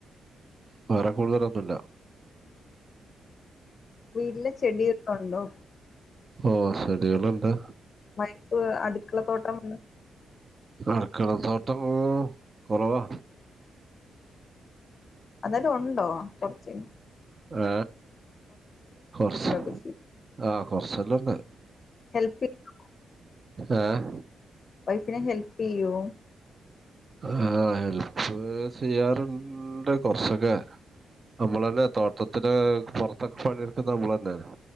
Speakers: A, on the right; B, on the left.
A: വേറെ കൂടുതലൊന്നുല്ല
B: വീട്ടിലെ ചെടിയൊക്കെ ഉണ്ടോ
A: ഓ ശടി വല്ല എന്താ
B: വൈപ്പ് അടുക്കള തോട്ടം വന്ന്
A: അടുക്കളത്തോട്ടം കുറവാ
B: അോലും ഉണ്ടോ ചറച്ചും
A: ഏ കുറച്ച്
B: കൃഷി
A: ആഹ കൊറച്ചല്ലാംന്ന
B: ഹെപ്പിംഗ
A: ആഹ
B: വൈഫിനെ ഹെല്പ് ചെയ്യൂ
A: ആ ഹെല്പ്പ് ചെയ്യാറുണ്ട് കുറച്ചൊക്കെ നമ്മള തന്നെ തോട്ടത്തി പുറത്തൊക്കെ പണിയെടുക്കുന്ന നമ്മൾ തന്നെ